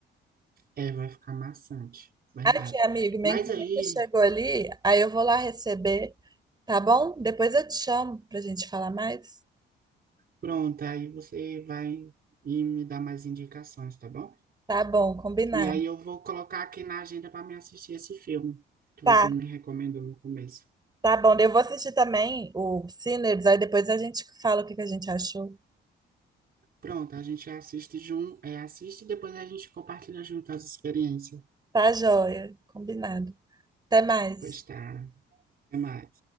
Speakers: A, on the right; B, on the right.
A: É, vai ficar maçante, verdade.
B: Aqui, amigo, minha
A: Mas
B: encomenda
A: aí,
B: chegou ali, aí eu vou lá receber, tá bom? Depois eu te chamo pra gente falar mais.
A: pronto, aí você vai e me dar mais indicações, tá bom?
B: Tá bom, combinado.
A: E aí eu vou colocar aqui na agenda para me assistir esse filme que
B: Tá,
A: você me recomendou no começo.
B: tá bom. Eu vou assistir também o Sinners, aí depois a gente fala o que que a gente achou.
A: Pronto, a gente assiste junto, é, assiste e depois a gente compartilha junto as experiências.
B: Tá joia, combinado. Até mais.
A: Pois tá, até mais.